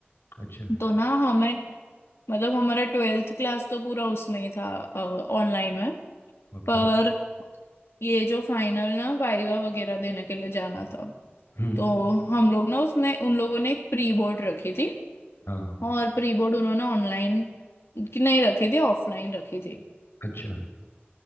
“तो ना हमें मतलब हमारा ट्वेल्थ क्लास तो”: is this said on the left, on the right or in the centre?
Left